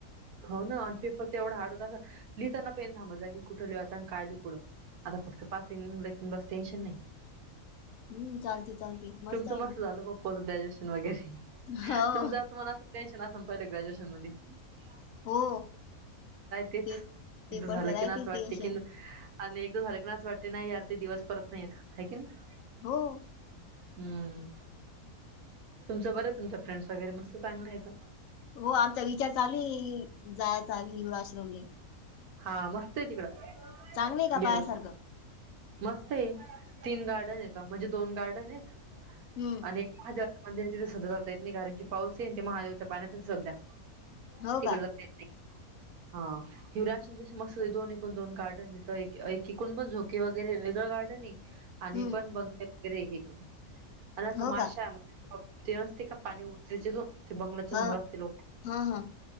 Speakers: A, on the right; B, on the left.
A: हो ना आणि पेपर तेवढा हाड होता असं लिहिताना पेन थांबत जागी कुठं लिव्हायचा आता आणि काय लिऊ पुढं. आता फक्त पासिंग निलं की बस टेन्शन नाही.
B: हम् चालते. चालते
A: तुमचं
B: आहे
A: मस्त
B: मग
A: झालं बो पोस्ट ग्रॅज्युएशन वगैरे
B: हो
A: तुमचंता तुमाला असं. टेन्शन असून पहिले ग्रॅज्युएशन मधी नाहीय
B: हो
A: तेच
B: पे पेपरच
A: इथं झालं
B: राहतेच
A: की नाही असं वाटत
B: टेन्शन
A: की आणि एक दो हलकण्यास वाटते नाही यार ते दिवस परत नाही येत हाय की ना
B: हो.
A: हम्म तुमचं बरं तुमच्या फ्रेंड्स वगैरे मस्त चांगलं येत ओ.
B: हो आमचा विचार चालू जायचा हिर आश्रमने.
A: हा मस्त आहे तिकडं
B: चांगलं आहे का
A: गेल.
B: पायासारखं
A: मस्त तीन गार्डन येत म्हणजे दोन गार्डन आहेत
B: हम्म
A: आणि महादेवच्या मंदिर आहे तथं सध्या जात येत नाही कारण क पाऊस आहे ते महादेवच्या पाण्यातच सध्या
B: हो
A: तिकड
B: का
A: नाही हा. हिवराश ज मस्त दोन एकूण दोन गार्डन आहे तर एक एकूण पण झोके वगैरे वेगळं गार्डन आहे. आणि
B: हम्म
A: पण बंगा वगैरे एकीकड आणि अस
B: हो
A: माशा
B: का
A: ते न असते का पाणी उरते ते बंगलाच्या
B: हा
A: समोर असते लोक.
B: हा हा